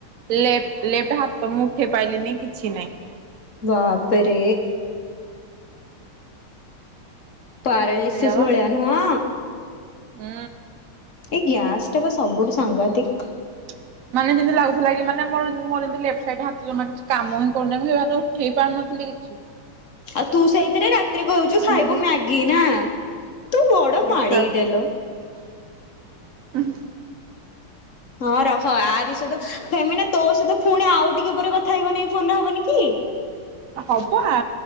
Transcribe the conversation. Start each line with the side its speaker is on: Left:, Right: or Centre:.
Right: ଲେଫ ଲେଫ୍ଟ ହାତ ମୁଁଉଠେ ପାଇଲିନି କିଛି ନାଇଁ।
Left: ବାପ ରେ। ପାରାଲିସିସ୍
Right: ସେଇଆ ବା
Left: ଭଳିଆ ନୁହଁ।
Right: ହୁଁ।
Left: ଏଇ ଗ୍ୟାସ ଟା ବା ସବୁଠୁ ସାଘାତିକ୍।
Right: <unintelligible> ମାନେ ଯେମିତି ଲାଗୁଥିଲା କି ମାନେ ମୋର ମୋର ଜେମିତି ଲେଫ୍ଟ ସାଇଡ ହାତ କିଛି କାମ ହିଁ କରୁନି ମୁଁ ସେ ହାତ ଉଠେଇ ପାରୁନଥିଲି କି <unintelligible>
Left: ଆଉ ତୁ ସେଇଥିରେ ରାତିରେ କହୁଛୁ ଖାଇବୁ
Right: ନେବି
Left: ମ୍ୟାଗି ନା? ତୁ ବଡ
Right: ନିଶ୍ୱାସ
Left: ମାଡ଼େଇ ଟାଲୋ।
Right: <unintelligible>
Left: ହଁ ରହ ଆରି ସହିତ ଫେମି ନା ତୋ ସହିତ ପୁଣି ଆଉ ଟିକେ ପରେ କଥା ହେଇଗଲେ ଏଇ ଫୋନରେ ହବନି କି?
Right: ହବ ଆ